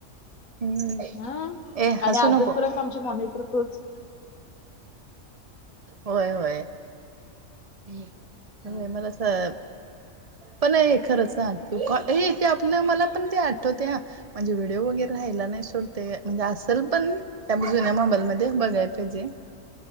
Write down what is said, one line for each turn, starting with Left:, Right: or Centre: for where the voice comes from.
Right: हम्म
Left: हा
Right: ए
Left: आणि
Right: हसू
Left: अजूनपर्यंत
Right: नको
Left: आमचे मॉनिटर तुच.
Right: होय होय. हम्म
Left: हम्म
Right: होय मला सांग पण हे खरं सांग तू ये ते आपलं मला पण ते आठवते ह म्हणजे व्हिडिओ वगैरे राहायला नाही सोड ते म्हणजे असल पण त्या जुन्या मोबाईल मध्ये बघायला पाहिजे